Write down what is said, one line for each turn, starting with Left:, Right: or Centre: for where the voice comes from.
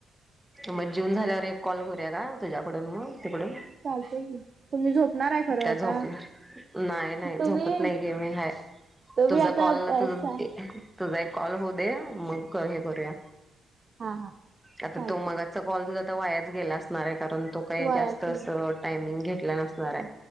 Centre: मग जेवून झाल्यावर एक कॉल करूया का तुझ्याकडून मग तिकडून?
Right: चालतयं की, तुम्ही झोपणार आहे खरं
Centre: काय
Right: आता.
Centre: झोपणार नाही नाही झोपत
Right: तुम्ही
Centre: नाही घे मी हाय.
Right: तुम्ही
Centre: तुझा
Right: आता
Centre: कॉलला
Right: पैसा
Centre: तुझ ते तुझा एक कॉल होऊ दे, मग क हे करूया.
Right: हा हा
Centre: आता
Right: चालते
Centre: तो मगाच तो कॉल तुझा आता वायाच गेला असणार आहे, कारण तो काही
Right: वयाचे
Centre: जास्त असं अ टाईमिंग घेतलं नसणार आहे,